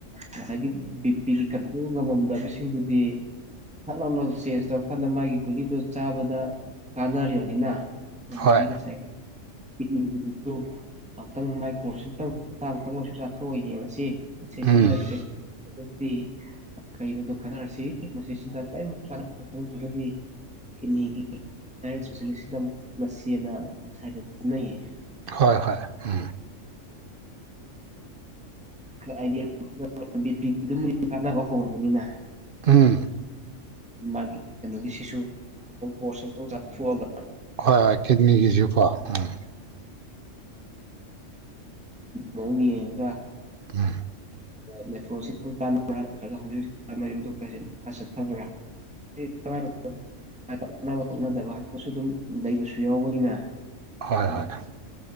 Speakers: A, in the centre; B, on the right (about 55°).
A: ꯉꯁꯥꯏꯒꯤ ꯕꯤ ꯄꯤꯒꯤ ꯀꯟꯇ꯭ꯔꯣꯜ ꯉꯝꯃꯝꯗꯕꯁꯤꯡꯗꯨꯗꯤ ꯊꯠ ꯂꯥꯎꯅ ꯆꯦꯟꯖ ꯇꯧꯔꯀꯥꯟꯗ ꯃꯥꯒꯤ ꯒꯨꯂꯤꯗꯨ ꯆꯥꯕꯗ ꯀꯥꯟꯅꯔꯤꯕꯅꯤꯅ ꯃꯖꯒꯤ
B: ꯍꯣꯏ
A: ꯀꯁꯥꯏ ꯀꯤꯠꯅꯤꯒꯤꯗꯛꯇ ꯑꯃꯨꯛꯇꯪ ꯃꯥꯏꯀꯣꯔꯁ ꯑ ꯑꯃꯨꯛꯇꯪ ꯍꯞꯇꯥꯥꯡ ꯑꯃꯨꯛꯇꯪ ꯑꯣꯏꯁꯨ ꯆꯥꯊꯣꯛꯑꯒ ꯌꯦꯡꯉꯁꯤ ꯦ
B: ꯎꯝ
A: ꯁꯤꯗꯗꯤ ꯀꯩꯅꯣꯗꯣ ꯈꯟꯅꯔꯁꯤ ꯃꯁꯤꯁꯤꯗ ꯀꯔꯤ ꯀꯥꯟꯣ ꯈꯪꯗ꯭ꯔꯒꯗꯤ ꯀꯤꯅꯤꯒꯤ ꯂ ꯆꯁꯤꯁꯤꯗ ꯃꯁꯤꯦꯅ ꯉꯁꯥꯏꯗ ꯈꯪꯅꯩꯌꯦ
B: ꯍꯣꯏ ꯍꯣꯏ ꯎꯝ
A: ꯍꯥꯏꯗꯤ ꯕꯤ ꯄꯤ ꯀꯥꯟꯅꯕ ꯍꯧꯔꯕꯅꯤꯅ
B: ꯎꯝ
A: ꯃꯥꯒꯤ ꯀꯩꯅꯣꯒꯤ ꯁꯤꯁꯨ ꯑꯛꯇꯪ ꯀꯣꯔꯁ ꯑꯛꯇꯪ ꯆꯠꯊꯣꯛꯑꯒ
B: ꯍꯣꯏ ꯍꯣꯏ ꯀꯤꯠꯅꯤꯒꯤꯁꯨꯀꯣ ꯎꯝ
A: ꯑꯣ ꯌꯦꯡꯉꯒ
B: ꯎꯝ
A: ꯭ꯔꯣ꯭ꯔꯥ ꯅꯠꯇ꯭ꯔꯒ ꯍꯧꯖꯤꯛ ꯍꯧꯖꯤꯛ ꯇꯥꯟꯅꯔꯤꯕ ꯗꯣꯛꯇꯔꯁꯤ ꯆꯠꯊꯕ꯭ꯔꯥ ꯀꯃꯉ ꯄꯛꯅꯕ ꯀꯣꯠꯅꯗꯕ ꯍꯄꯁꯨ ꯑꯗꯨꯝ ꯂꯩꯕꯁꯨ ꯌꯥꯎꯕꯅꯤꯅ
B: ꯍꯣꯏ
A: ꯑ
B: ꯍꯣꯏ